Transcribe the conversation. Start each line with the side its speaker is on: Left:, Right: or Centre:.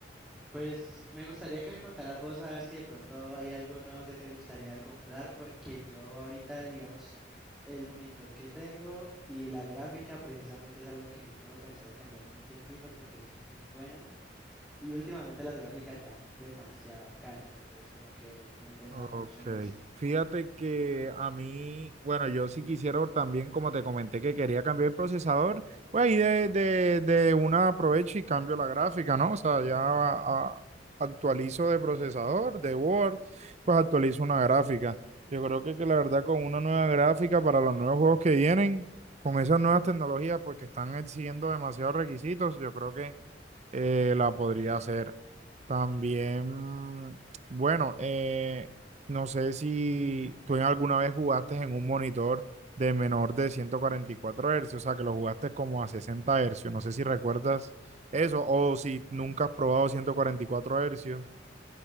Centre: Pues me gustaría que me contaras vos a ver si de pronto hay algo nuevo que te gustaría comprar, porque yo ahorita, digamos, el monitor que tengo y la gráfica precisamente es algo que no tengo pensado cambiar en un tiempito porque sí son muy buenas y últimamente las gráficas están demasiado caras, entonces como que no he pensado
Right: Ok,
Centre: mucho en eso.
Right: fíjate que a mí, bueno, yo sí quisiera también, como te comenté que quería cambiar el procesador, pues ahí de, de, de una aprovecho y cambio la gráfica, ¿no? O sea, ya a- a- actualizo de procesador, de Word, pues actualizo una gráfica. Yo creo que, que la verdad con una nueva gráfica para los nuevos juegos que vienen, con esas nuevas tecnologías, pues que están exigiendo demasiados requisitos, yo creo que eh, la podría hacer. También, bueno, eh, no sé si tú en alguna vez jugaste en un monitor de menor de ciento cuarenta y cuatro Hz, o sea, que lo jugaste como a sesenta Hz. No sé si recuerdas eso o si nunca has probado ciento cuarenta y cuatro Hz.